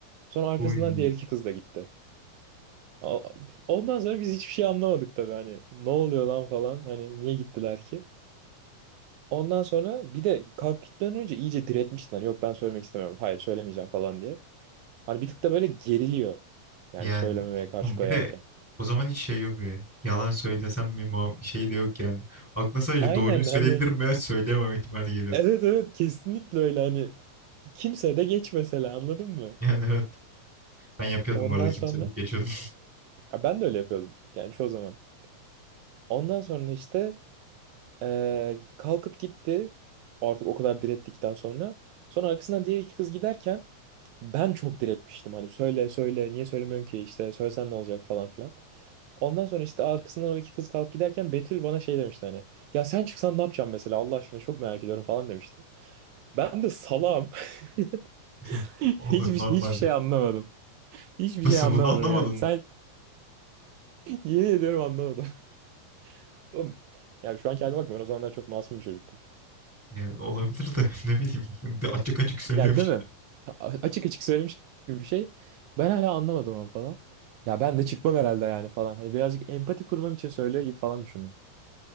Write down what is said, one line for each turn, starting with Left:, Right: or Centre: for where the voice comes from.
Right: Sonra arkasından
Centre: Uy.
Right: diğer iki kız da gitti. A- Ondan sonra biz hiçbir şey anlamadık tabii hani ne oluyor lan falan hani niye gittiler ki? Ondan sonra bir de kalk gitmeden önce iyice diretmişti hani yok ben söylemek istemiyorum hayır söylemeyeceğim falan diye. Hani bir tık da böyle geriliyor yani
Centre: Yani
Right: söylememeye karşı
Centre: oğlum
Right: koyarken.
Centre: bir de o zaman hiç şey yok ya. Yalan söylesem mi muha- şey de yok yani. Aklına sadece
Right: Aynen
Centre: doğruyu söyleyebilirim
Right: hani
Centre: veya söyleyemem ihtimali geliyor.
Right: evet evet kesinlikle öyle hani Kimse de geç mesela anladın mı?
Centre: Yani evet. Ben yapıyordum
Right: Ondan
Centre: bu arada kimselik
Right: sonra
Centre: geçiyordum.
Right: ya ben de öyle yapıyordum yani çoğu zaman. Ondan sonra işte eee, kalkıp gitti. Artık o kadar direttikten sonra. Sonra arkasından diğer iki kız giderken ben çok diretmiştim. Hani söyle söyle niye söylemiyorsun ki işte söylesen ne olacak falan filan. Ondan sonra işte arkasından o iki kız kalkıp giderken Betül bana şey demişti hani. Ya sen çıksan ne yapacağım mesela Allah aşkına çok merak ediyorum falan demişti. Ben de salam. <laughs>
Centre: <laughs> Olur
Right: Hiçbir,
Centre: normaldir.
Right: hiçbir şey anlamadım. Hiçbir
Centre: Nasıl
Right: şey anlamadım
Centre: bunu anlamadın?
Right: yani. Sen <laughs> Yemin ediyorum anlamadım. <laughs> Oğlum, ya şu anki halime bakma ben o zamanlar çok masum bir çocuktum.
Centre: Ya, olabilir de <laughs> ne bileyim. Ben De açık açık söylemiş.
Right: Yani değil mi? A- Açık açık söylemiş gibi bir şey. Ben hala anlamadım onu falan. Ya ben de çıkmam herhalde yani falan. Hani birazcık empati kurmam için söylüyor gibi falan düşündüm.